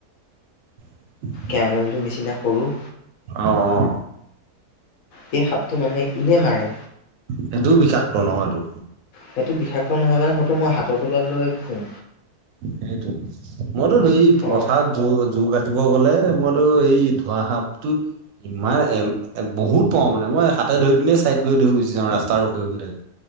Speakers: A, on the right (about 70°); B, on the left (about 70°).
A: <unintelligible>
B: কেৰা আঙুলিটোৰ নিচিনা সৰু
A: অ অ
B: সেই সাপটো মানুহে ইনে মাৰে
A: সেইটোও বিষাক্ত নহয়তো
B: সেইটো বিষাক্ত নহয় নহয় সেইটো মই হাতৰ তলুৱাত লৈয়ে ফুৰো
A: সেইটো মইতো এই পথাৰত
B: অঁ
A: জো জোৰ কাটিব গ'লে মইতো এই ধোঁৱা সাপটো ইমান এ বহুত পাও মানে মই হাতে ধৰি পিনে চাইড কৰি ধৰি গুচি যাও ৰাস্তাৰ ৰখি ৰখি থাকে